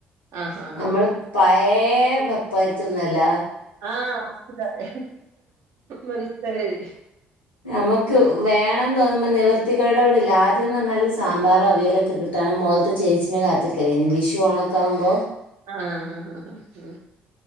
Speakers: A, on the right; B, on the left.
A: ആഹ് ആഹ്
B: നമ്മള്
A: ആഹ് ആഹ്
B: പഴയെ വെപ്പ്ക്കാരിത്തിയൊന്നല്ല.
A: ആഹ് മനസിലായി മനസിലായി.
B: നമുക്ക് വേണം. തോന്നുമ്പോ നിവർത്തികേടോട് ഇല്ല. ആദ്യം എന്ന്‌ പറഞ്ഞാല് സാമ്പാറും അവിയലൊക്കെ കിട്ടാണ് മോലത്തെ ചേച്ചിനെ കാത്ത് വിഷു ഓണം ഒക്ക ആവുമ്പോ.
A: ആഹ് ഹാ ഹാ ഹാ ഹ്